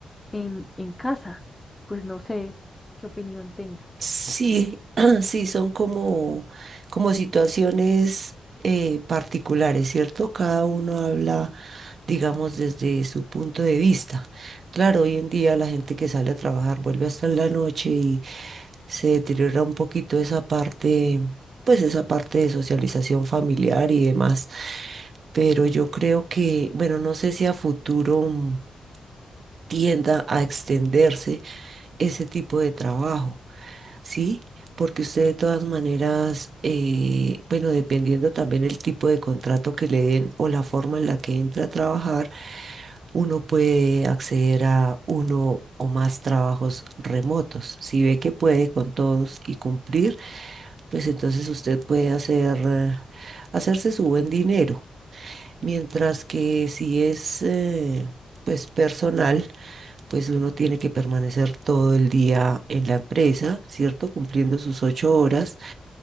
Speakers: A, on the left; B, on the right.
A: en, en casa. Pues no sé qué opinión tenga.
B: Sí, <clears throat> sí, son como, como situaciones eh, particulares, ¿cierto? Cada uno habla, digamos, desde su punto de vista. Claro, hoy en día la gente que sale a trabajar vuelve hasta en la noche y se deteriora un poquito esa parte, pues esa parte de socialización familiar y demás. Pero yo creo que, bueno, no sé si a futuro mm, tienda a extenderse ese tipo de trabajo Sí, porque usted de todas maneras, eh, bueno, dependiendo también el tipo de contrato que le den o la forma en la que entra a trabajar, uno puede acceder a uno o más trabajos remotos. Si ve que puede con todos y cumplir, pues entonces usted puede hacer, eh, hacerse su buen dinero. Mientras que si es, eh, pues personal pues uno tiene que permanecer todo el día en la empresa, ¿cierto? Cumpliendo sus ocho horas